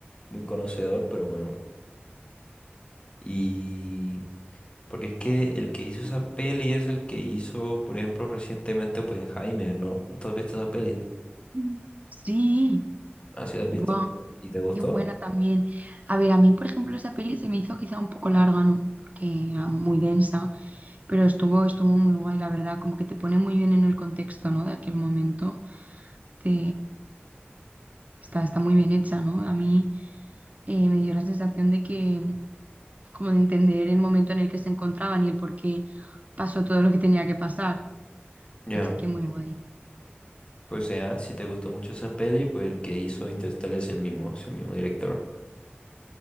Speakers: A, on the left; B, on the right.
A: muy conocedor, pero bueno. Y porque es que el que hizo esa peli es el que hizo, por ejemplo, recientemente Oppenheimer, ¿no? ¿Tú has visto esa peli?
B: Mm. Sí,
A: ¿Ah, sí la has visto?
B: buah,
A: ¿Y te gustó?
B: qué buena también. A ver, a mí, por ejemplo, esa peli se me hizo quizá un poco larga, ¿no? Porque era muy densa, pero estuvo, estuvo muy guay, la verdad, como que te pone muy bien en el contexto, ¿no? De aquel momento. Te, está, está muy bien hecha, ¿no? A mí eh, me dio la sensación de que, como de entender el momento en el que se encontraban y el por qué pasó todo lo que tenía que pasar.
A: Ya.
B: Así que muy guay.
A: Pues sea, si te gustó mucho esa peli, pues el que hizo Interstellar es el mismo, es el mismo director.